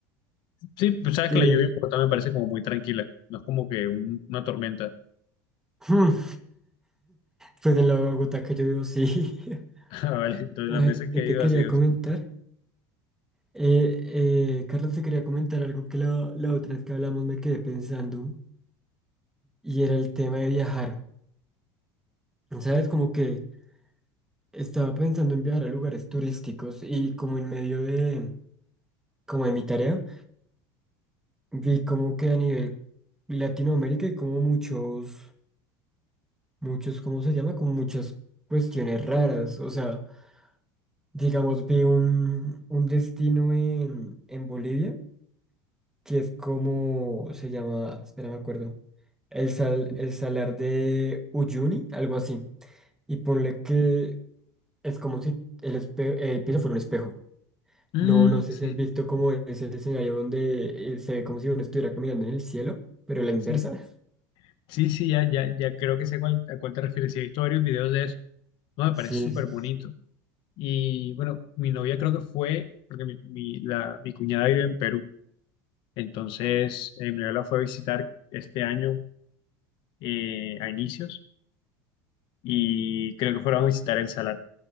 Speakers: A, on the left (about 55°); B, in the centre.
A: Sí, pues sabes
B: Que.
A: que la lluvia en Bogotá me parece como muy tranquila, no es como que un- una tormenta.
B: <laughs> Pues en la Bogotá que yo vivo, sí.
A: <laughs> Ah, vale,
B: <laughs>
A: entonces
B: Ay,
A: las veces que
B: y
A: he
B: te
A: ido
B: quería
A: ha sido
B: comentar.
A: así.
B: Eh, eh, Carlos, te quería comentar algo que la, la otra vez que hablamos me quedé pensando. Y era el tema de viajar. ¿Sabes? Como que estaba pensando en viajar a lugares turísticos y como en medio de. Como de mi tarea, vi como que a nivel Latinoamérica hay como muchos. muchos, ¿cómo se llama? Como muchas cuestiones raras. O sea, digamos, vi un, un destino en, en Bolivia que es como se llama, espera, me acuerdo, el, sal, el salar de Uyuni, algo así. Y ponle que es como si el, espe- el piso fuera un espejo.
A: Mm,
B: No, no sé
A: sí,
B: si has visto como ese escenario donde eh, se ve como si uno estuviera caminando en el cielo, pero la inversa.
A: sí, sí, sí, ya, ya, ya creo que sé cuál- a cuál te refieres. Sí, he visto varios videos de eso. No, me
B: Sí,
A: parece súper
B: sí,
A: bonito. Y bueno, mi novia creo que fue, porque mi, mi, la, mi cuñada vive en Perú. Entonces, eh, Manuela fue a visitar este año eh, a inicios y creo que fueron a visitar el Salar.